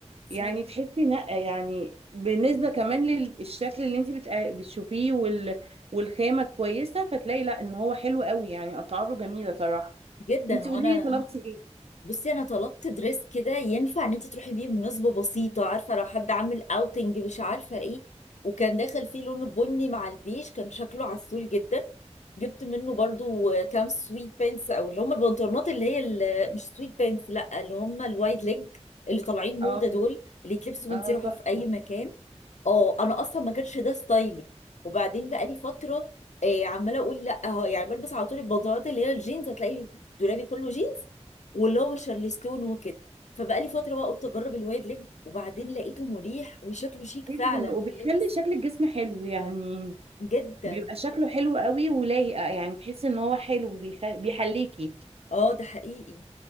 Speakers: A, on the left; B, on the right.
A: صح
B: يعني تحسي لا يعني بالنسبة كمان للشكل اللي انت بتق- بتشوفيه وال... والخامة كويسة فتلاقي لا ان هو حلو قوي يعني اسعاره جميلة صراحة
A: جدا
B: انت
A: هو
B: قولي
A: انا
B: لي طلبتي ايه
A: بصي انا طلبت دريس كده ينفع ان انت تروحي بيه مناسبه بسيطه عارفه لو حد عامل اوتنج مش عارفه ايه وكان داخل فيه لون بني مع البيج كان شكله عسول جدا جبت منه برضو كام سويت بانس او اللي هم البنطلونات اللي هي ال- مش سويت بانس لا اللي هم الوايد ليج اللي طالعين موضه
B: اه
A: دول اللي يتلبسوا وانت
B: اه
A: رايحه
B: تحفة
A: في اي مكان اه انا اصلا ما كانش ده ستايلي وبعدين بقى لي فتره آه عماله اقول لا اه يعني بلبس على طول البنطلونات اللي هي الجينز هتلاقي دولابي كله جينز واللي هو شارلستون وكده فبقى لي فتره بقى قلت اجرب الوايد ليج وبعدين لقيته مريح وشكله شيك
B: جدا
A: فعلا
B: وبيخلي
A: في اللبس
B: شكل الجسم حلو يعني
A: جدا
B: بيبقى شكله حلو قوي ولايقة يعني تحسي ان هو حلو بيخ... بيحليكي
A: اه ده حقيقي